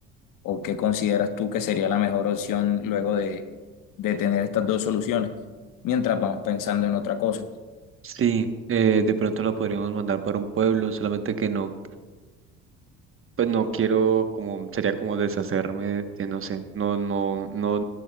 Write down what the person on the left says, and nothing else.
o qué consideras tú que sería la mejor opción luego de, de tener estas dos soluciones, mientras vamos pensando en otra cosa.